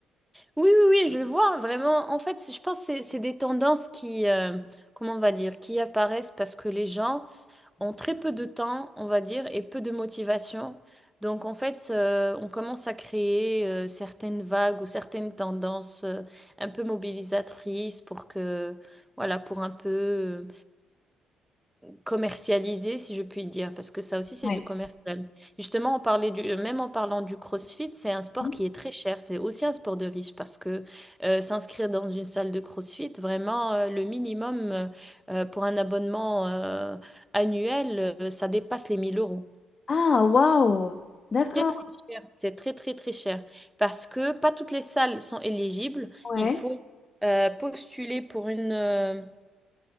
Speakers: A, in the centre; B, on the left (about 40°).
A: Oui, oui, oui, je le vois vraiment. En fait, c'est- je pense que c'est c'est des tendances qui, euh, comment on va dire, qui apparaissent parce que les gens, en très peu de temps, on va dire, et peu de motivation. Donc en fait, euh, on commence à créer euh, certaines vagues ou certaines tendances euh, un peu mobilisatrices pour que, voilà, pour un peu euh, commercialiser, si je puis dire, parce que ça aussi c'est
B: Ouais.
A: du commercial. Justement, on parlait du, même en parlant du CrossFit, c'est un sport
B: Mhm.
A: qui est très cher, c'est aussi un sport de riche parce que euh, s'inscrire dans une salle de CrossFit, vraiment euh, le minimum euh, euh, pour un abonnement. euh, annuel, euh, ça dépasse les 1000 euros.
B: Ah, waouh! D'accord,
A: Très, très cher. C'est très, très, très cher. Parce que pas toutes les salles sont éligibles.
B: ouais.
A: Il faut euh, postuler pour une, euh,